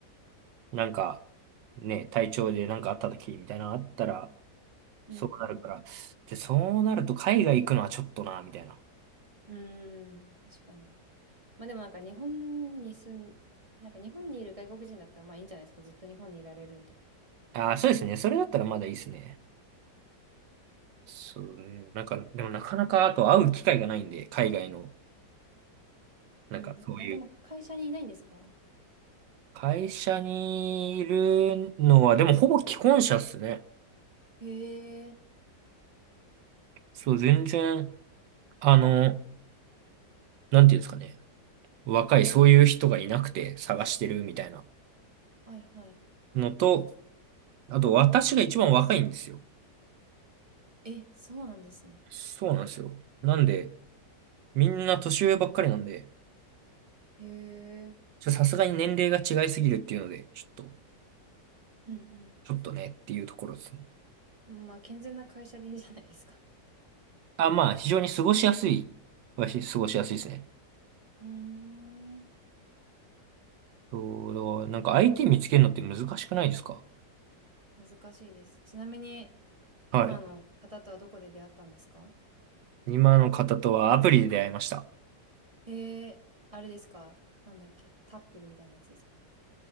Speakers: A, on the right; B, on the right.
A: なんか、ね、体調でなんかあった時みたいなのあったら、
B: うんうん。
A: そうなるから。で、そうなると海外行くのはちょっとな、みたいな。
B: うーん、確かに。まあでもなんか日本に住ん、なんか日本にいる外国人だったらまあいいんじゃないですか。ずっと日本にいられるんで。
A: ああ、そうですね。それだったらまだいいですね。そうね。なんか、でもなかなか、あと会う機会がないんで、海外の、なんかそういう、
B: うん。あ、でも会社にいないんですか
A: 会社にいるのは、でもほぼ既婚者っすね。
B: へえ、
A: そう、全然、あの、なんていうんですかね。若い、そういう人がいなくて探してるみたいな
B: はいはい。
A: のと、あと私が一番若いんですよ。
B: え、そうなんですね。
A: そうなんですよ。なんで、みんな年上ばっかりなんで、
B: へえ。
A: ちょさすがに年齢が違いすぎるっていうので、ちょっと、
B: うん
A: ちょっとねっていうところですね。
B: うん。まあ、健全な会社でいいんじゃないですか。
A: あ、まあ、非常に過ごしやすい。わし、過ごしやすいですね。
B: <laughs> うーん。
A: そう、なんか相手見つけるのって難しくないですか
B: 難しいです。ちなみに、
A: はい。
B: 今の方とはどこで出会ったんですか
A: 今の方とはアプリで出会いました。
B: えー、あれですかなんだっけタップルみたいなやつですか